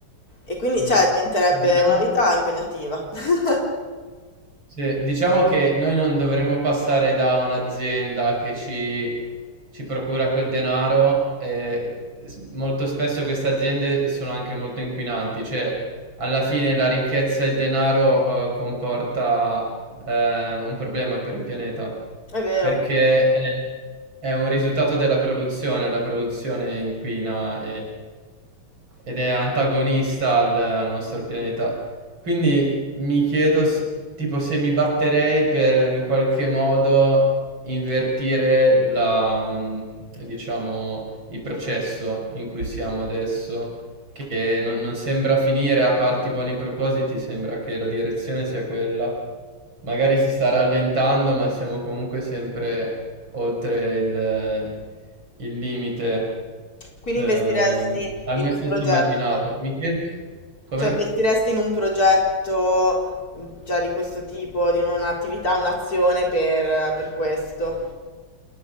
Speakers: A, on the left; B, on the right.
A: E quindi,
B: Mm.
A: cioè, diventerebbe
B: Diciamo...
A: una vita impegnativa. <laughs>
B: Sì, diciamo che noi non dovremmo passare da un'azienda che ci, ci procura quel denaro e s- molto spesso queste aziende sono anche molto inquinanti, cioè alla fine la ricchezza e il denaro eh, comporta eh, un problema per il pianeta,
A: È vero.
B: perché è, è un risultato della produzione, la produzione inquina ed è antagonista al, al nostro pianeta. Quindi mi chiedo s- tipo se mi batterei per in qualche modo invertire la, mm, diciamo, il processo in cui siamo adesso, che non, non sembra finire a parti buoni propositi, sembra che la direzione sia quella. Magari si sta rallentando, ma siamo comunque sempre oltre il il limite.
A: Quindi
B: Ehm,
A: investiresti
B: a
A: in
B: noi
A: un
B: stessi
A: progetto,
B: immaginato. Mi chiedo come?
A: cioè investiresti in un progetto mh, cioè, di questo tipo, di un- un'attività, un'azione per, per questo.